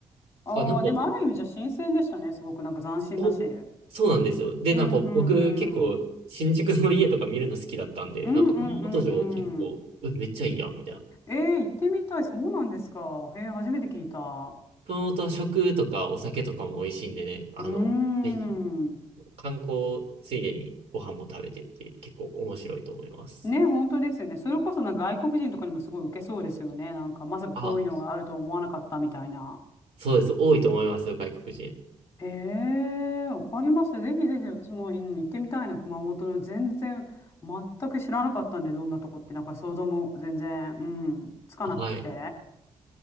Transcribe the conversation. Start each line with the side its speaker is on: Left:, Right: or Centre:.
Left: ああ、
Right: だからなんか、
Left: でもある意味じゃ新鮮でしたね。すごくなんか斬新だし。
Right: そう、
Left: う
Right: そうなんですよ。で、なんか僕結構、
Left: んうんうん。
Right: 新宿の家とか見るの好きだったんで、
Left: うんうんうん
Right: なんか熊本城結構、
Left: うん。
Right: えめっちゃいいやん、みたいな。
Left: えー、行ってみたい。そうなんですか。へえ、初めて聞いた。
Right: 熊本は食とかお酒とかも美味しいんでね、あの、
Left: うーん。
Right: ぜひ観光ついでにご飯も食べてって結構面白いと思います。
Left: ね、本当ですよね。それこそな外国人とかにもすごい受けそうですよね。なんか、まさかこういうのがあるとは思わなかったみたいな。
Right: あ、そうです。多いと思いますよ、外国人。
Left: へえ、わかりました。ぜひぜひ私も、うん行ってみたいな、熊本の全然、全く知らなかったんで、どんなとこって、なんか想像も全然、うん、つかなくて。
Right: はい。